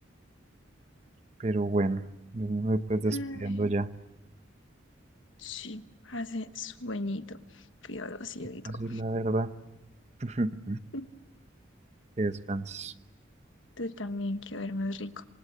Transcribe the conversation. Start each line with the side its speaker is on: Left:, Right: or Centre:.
Right: Pero bueno, yo me voy pues despidiendo
Left: Ay,
Right: ya.
Left: sí, hace sueñito, piolosito y
Right: Así
Left: todo.
Right: la verdad. <laughs>
Left: <laughs>
Right: Que descanses.
Left: Tú también, quiero ver más rico.